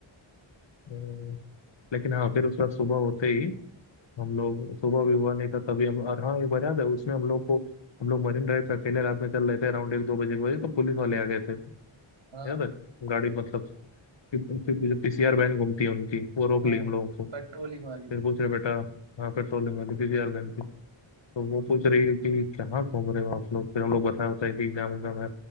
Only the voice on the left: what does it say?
अम्म, लेकिन हाँ फिर उसके बाद सुबह होते ही हम लोग सुबह भी हुआ नहीं था तभी हम और हाँ एक बार याद है उसमें हम लोग को हम लोग मरीन ड्राइव पे अकेले रात में चल रहे थे अराउंड एक दो बजे के बजे तो पुलिस वाले आ गए थे याद
है गाड़ी मतलब फिर फिर जो पीसीआर वैन घूमती है उनकी वो रोक
ली हम लोगों को
फिर पूछ रहे बेटा हाँ पेट्रोलिंग वाली पीसीआर वैन थी तो वो पूछ रही है कि कहाँ घूम रहे हो आप लोग फिर हम लोग बताया बताया कि एग्जाम एग्जाम है